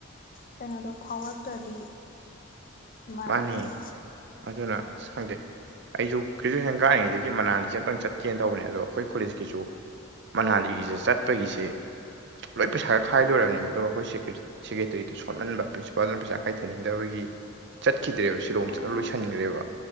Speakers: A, on the left; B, on the right.
A: ꯀꯩꯅꯣꯗꯣ ꯐꯥꯎꯔꯛꯇ꯭ꯔꯗꯤ ꯃꯥ
B: ꯃꯥꯅꯤ
A: ꯑꯗꯨꯁꯨ
B: ꯑꯗꯨꯅ ꯑꯁ ꯈꯡꯗꯦ ꯑꯩꯁꯨ ꯒ꯭ꯔꯦꯖꯨꯋꯦꯁꯟ ꯀꯥꯔꯤꯉꯩꯗꯒꯤ ꯃꯅꯥꯂꯤꯁꯦ ꯑꯃꯇꯡ ꯆꯠꯀꯦꯅ ꯇꯧꯕꯅꯦ ꯑꯗꯣ ꯑꯩꯈꯣꯏ ꯀꯣꯂꯦꯁꯀꯤꯁꯨ ꯃꯅꯥꯂꯤꯁꯦ ꯆꯠꯄꯒꯤꯁꯦ ꯂꯣꯏ ꯄꯩꯁꯥ ꯈꯥꯏ ꯂꯣꯏꯔꯕꯃꯦꯕ ꯑꯗꯨꯒ ꯑꯩꯈꯣꯏ ꯁꯦꯀ꯭ꯔꯦꯇꯔꯤꯗꯨ ꯁꯣꯟꯍꯟꯕ ꯄ꯭ꯔꯤꯟꯁꯤꯄꯥꯜꯗꯨꯅ ꯄꯩꯁꯥ ꯀꯥꯏꯊꯅꯤꯡꯗꯕꯒꯤ ꯆꯠꯈꯤꯗ꯭ꯔꯦꯕ ꯁꯤꯂꯣꯡ
A: ꯑꯣ
B: ꯆꯠꯂ ꯂꯣꯏꯁꯟꯈ꯭ꯔꯦꯕ